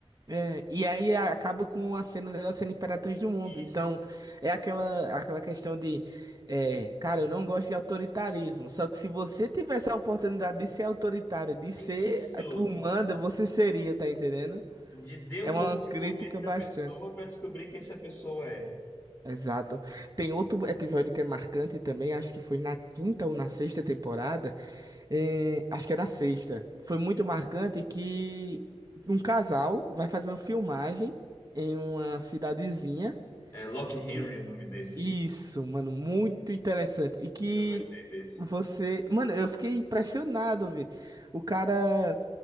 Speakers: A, on the right; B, on the left.
A: É, e aí a- acaba com a cena dela sendo imperatriz do mundo.
B: Isso.
A: Então, é aquela, aquela questão de, é, cara, eu não gosto de autoritarismo. Só que se você tivesse a oportunidade de ser autoritária, de ser
B: É isso.
A: a- o manda, você seria, tá entendendo?
B: De dar
A: É
B: um
A: uma
B: pouco de
A: crítica
B: poder pra
A: bastante.
B: pessoa pra descobrir quem essa pessoa é.
A: Exato. Tem outro episódio que é marcante também, acho que foi na quinta ou na sexta temporada em- acho que era sexta. Foi muito marcante que um casal vai fazer uma filmagem em uma cidadezinha.
B: É Locke Henry
A: Que...
B: o nome desse.
A: Isso, mano, muito interessante. E que
B: Eu gostei desse.
A: você. Mano, eu fiquei impressionado, velho. O cara